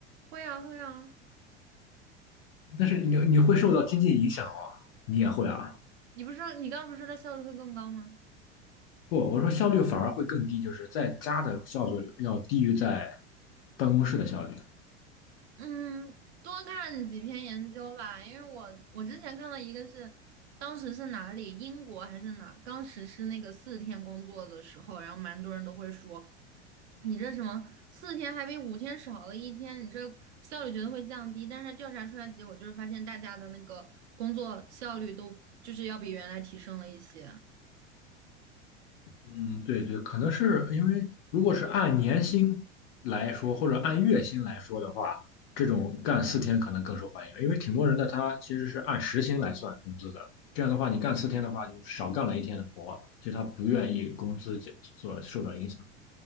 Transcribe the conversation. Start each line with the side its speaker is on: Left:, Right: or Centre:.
Right: 会啊会啊，
Left: 但是你你会受到经济影响哦，你也会啊？
Right: 你不是说你刚刚不是说它效率会更高吗？
Left: 不，我说效率反而会更低，就是在家的效率要低于在办公室的效率。
Right: 嗯，多看几篇研究吧，因为我我之前看到一个是，当时是哪里，英国还是哪，刚实施那个四天工作的时候，然后蛮多人都会说，你这什么四天还比五天少了一天，你这效率绝对会降低。但是调查出来结果就是发现大家的那个工作效率都就是要比原来提升了一些。
Left: 嗯，对对，可能是因为如果是按年薪来说，或者按月薪来说的话，这种干四天可能更受欢迎，因为挺多人的他其实是按时薪来算工资的。这样的话，你干四天的话，就少干了一天的活，就他不愿意工资减所受到影响。